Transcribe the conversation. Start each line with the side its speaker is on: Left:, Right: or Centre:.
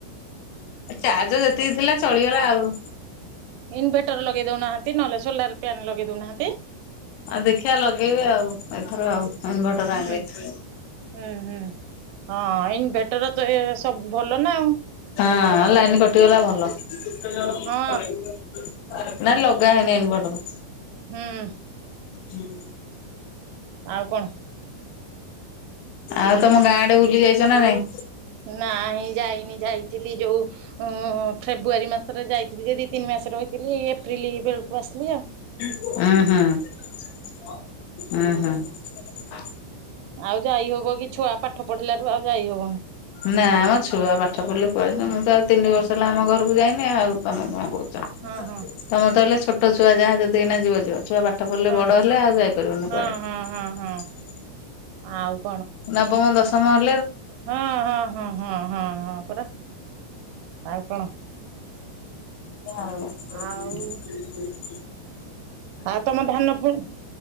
Left: ଚାର୍ଜ ଯେତିକି ଥିଲା ଚଳିଗଲା ଆଉ।
Right: ଇନଭେଟର ଲଗେଇ ଦଉନାହାନ୍ତି ନହେଲେ ସୋଲାର ଫ୍ୟାନ୍ ଲଗେଇ ଦଉନାହାନ୍ତି ।
Left: ଆଉ ଦେଖିଆ ଲଗେଇବି ଆଉ ଏଥର ଆଉ ଇନଭଟର ଆଣିବି
Right: ହୁଁ
Left: ।
Right: ହୁଁ ହୁଁ ହଁ ଇନଭେଟର ତ ଏ ସବୁ ଭଲ ନା ଆଉ ।
Left: ହଁ ଲାଇନ୍ କଟିଗଲା ଭଲ ।
Right: ହଁ
Left: <inaudible> ନା ଲଗା ହେଇନି ଇନଭଟର।
Right: ହୁଁ <inaudible>
Left: ହୁଁ
Right: ଆଉ କଣ?
Left: ଆଉ ତମ ଗାଁଆଡେ ବୁଲି ଯାଇଚ ନା ନାଇଁ?
Right: ନାଇଁ ଯାଇନି ଯାଇଥିଲି ଯୋଉ ଉ ଫେବୃୁଆାରୀ ମାସରେ ଯାଇଥିଲି ଯେଦି ତିନି ମାସରେ ରହିଥିଲି ଏପ୍ରିଲ ବେଳକୁ ଆସିଲି ଆଉ ।
Left: ଉଁ ହଁ ହମ୍ଁ ହଁ ହମ୍ଁ <inaudible>
Right: ଆଉ ଯାଇ ହବ କି ଛୁଆ ପାଠ ପଢିଲାଠୁ ଆଉ ଯାଇ ହବ ।
Left: ନା ଆମ ଛୁଆ ପାଠ ପଢିଲେ କୁଆ ନ୍ତ ମୁଁ ତ ଆଉ ତିନି
Right: ହୁଁ
Left: ବର୍ଷ ହେଲା ଆମ ଘରକୁ କୁ ଯାଇନି ଆଉ ତମେ କଣ କହୁଛ
Right: ହଁ ହଁ
Left: ତମେତ ହେଲେ ଛୋଟ ଛୁଆ ଯାହା ଯଦି ଏଇନା ଯିବ ଯିବ ଛୁଆ ପା ଠ ପଢ଼ିଲେ
Right: ହଁ
Left: ବଡ ହେଲେ ଆଉ ଯାଇପାରିବନି
Right: ହଁ
Left: କୁଆଡେ ।
Right: ହଁ ହଁ ହଁ ଆଉ ।
Left: ନବମ, ଦଶମ ।
Right: ହଁ ହଁ ହଁ ହଁ ହଁ ହଁ ପରା । ଆଉ କଣ? <inaudible>
Left: ହଁ <unintelligible>
Right: ଆଉ ଆଉ ତମ ଧାନ ଫୁଣି